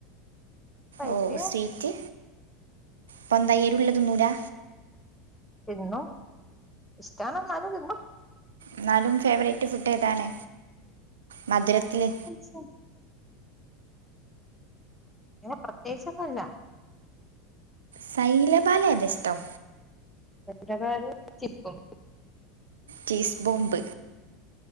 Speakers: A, in the centre; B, on the right.
A: സ്പൈസി
B: ഓ സ്ട്രീറ്റ് പ്പൊന്തയ്യേരുള്ളത്തിന്നൂലാ
A: തിന്നും ഇഷ്ടാണ്ന്നാലും തിന്നും
B: ന്നാലും ഫേവറേറ്റ് ഫുഡ് ഏതാണ് മധുരത്തില്
A: സ ഇങ്ങനെ പ്രത്യേകിച്ചൊന്നുല്ല
B: സൈ ലബാൻ ൽ ഏതാ ഇഷ്ടം
A: സൈൻ ലബാനും ചിപ്പും
B: ചീസ്ബോംബ്